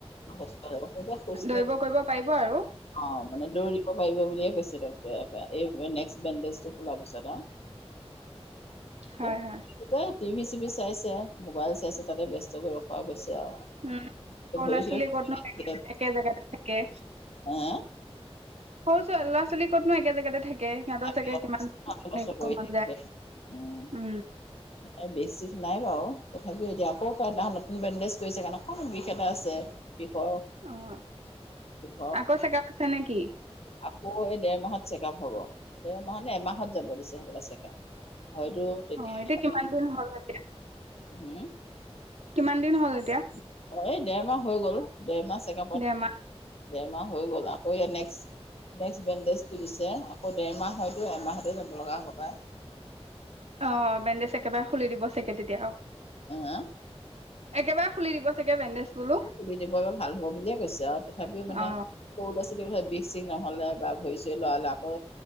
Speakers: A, on the left; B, on the right.
A: খোজ কাঢ়িব খোজ
B: দৌৰিব কৰিব পাৰিব আৰু?
A: অ', মানে দৌৰিব পাৰিব বুলিয়ে কৈছে ডক্টৰে। এই নেক্সট বেণ্ডেজটো খোলাৰ পিছত আৰু।
B: হয়
A: <unintelligible>
B: হয়
A: টিভি-চিভি চাইছে, মোবাইল চাইছে তাতে ব্যস্তকৈ ৰখোৱা গৈছে। আৰু
B: উম, সৰু
A: ভৰি
B: ল'ৰা-ছোৱালী
A: চৰি
B: ক'তনো
A: থাকে
B: একে জেগাতে থাকে।
A: হ
B: সৰু চ ল'ৰা ছোৱালী কতনো একে জেগাতে থাকে সিহঁতৰ
A: থাকে
B: চাগে কিমান হেৰি কৰিব মন যায়
A: উ
B: উম
A: বেছি। নাই বাৰু তথাপিও এতিয়া আকৌ কদিনা নতুন বেণ্ডেজ কৰিছে কাৰণে অকণো বিষ এটা আছে। বিষৰ
B: অ'
A: বিষৰ
B: আকৌ চেগ আছে নে কি?
A: আকৌ এই দেৰ মাহত চেকআপ হব দেৰ মাহ নে এমাহত যাব দিছে সব চেকআপ হয়তো তেতিয়া
B: অ এইটো কিমান দিন হ'ল এতিয়া
A: হম।
B: কিমান দিন হ'ল এতিয়া
A: অ' এই দেৰ মাহ হৈ গ'ল ডৰমাহ চেকআপত
B: দেৰমাহ
A: দেৰমাহ হৈ গ'ল আ নেক্সট নেক্সট বেণ্ডেজটো দিছে আকৌ ডেৰমাহ হয়তো এমাহতে যাব লগা হ'ব পাৰে
B: অ' বেণ্ডেজ একেবাৰে খুলি দিব চাগে তেতিয়া,
A: আহ,
B: একেবাৰে খুলি দিব। চাগে বেণ্ডেজ বোলো
A: খুলি দিব ভ হব বুলিয়ে কৈছে আৰু তথাপিও মানে
B: অ
A: সৰু ল'ৰা ছোৱালী ক বিষ চষ নহ'লে বা ভৰি চৰি লৰালে আকৌ